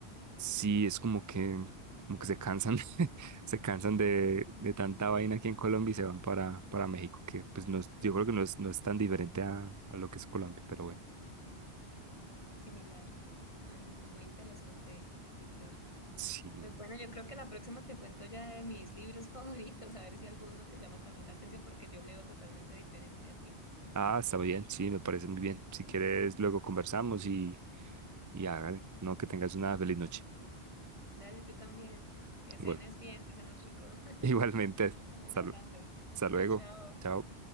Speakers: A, on the right (about 30°); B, on the left (about 30°).
A: Sí, es como que, como que se cansan, <laughs> se cansan de, de tanta vaina aquí en Colombia y se van para, para México, que pues no es- yo creo que no es, no es tan diferente a, a lo que es Colombia, pero bueno,
B: Sí, no es muy similar. Ay, no, pues muy interesante, Víctor.
A: sí.
B: Pues bueno, yo creo que la próxima te cuento ya de mis libros <laughs> favoritos, a ver si alguno te llama también la atención, porque yo leo totalmente diferente a ti.
A: Ah, está bien, sí, me parece muy bien. Si quieres, luego conversamos y, y hagan, no, que tengas una feliz noche.
B: Dale tú también, que cenes
A: Igual.
B: bien, que cenes rico. <laughs>
A: <laughs> Igualmente,
B: Vamos
A: salud.
B: hablando.
A: Hasta luego.
B: Chao.
A: Chao.